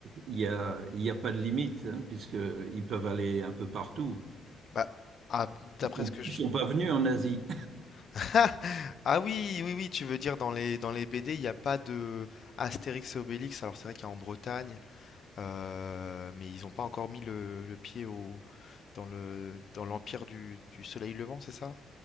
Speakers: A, on the right; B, on the left.
A: il y a, il y a pas de limite, hein, puisque ils peuvent aller un peu partout.
B: bah, ah, d'après
A: Ils sont,
B: ce que je
A: ils sont pas venus en Asie.
B: <laughs> Ah oui, oui, oui, tu veux dire dans les dans les BD, il n'y a pas de Astérix et Obélix. Alors c'est vrai qu'il y a en Bretagne, euh, mais ils n'ont pas encore mis le, le pied au dans le dans l'empire du, du Soleil Levant, c'est ça?